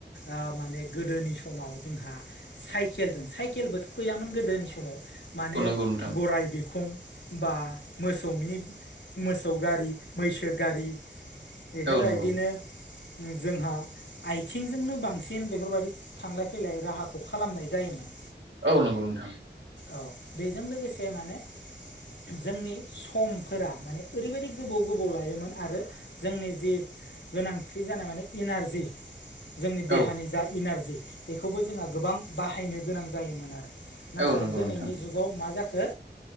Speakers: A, on the left; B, on the right.
A: ओ माने गोदोनि समाव जोंहा साइकेलजों साइकेलबोथ' गैयामोन गोदो। गोदोनि समाव माने
B: औ नंगौ नोंथां
A: गराइ बिखुं बा मोसौनि मोसौ गारि, मैसो गारि बेफोरबायदिनो
B: औ नंगौ
A: जोंहा आइथिंजोंनो बांसिन बेफोरबादि थांलाय-फैलाय राहाखौ खालामनाय जायोमोन।
B: औ नंगौ नोंथां
A: औ बेजों लोगोसे माने जोंनि समफोरा माने ओरैबायदि गोबौ गोबौ लायोमोन आरो। जोंनि जि गोनांथि जानाय माने इनारजि। जोंनि देहानि
B: औ
A: जा इनारजि बेखौबो जोंहा गोबां बाहायनो गोनां जायोमोन आरो। नाथाय
B: औ नंगौ
A: दिनैनि
B: नोंथां
A: जुगाव मा जाखो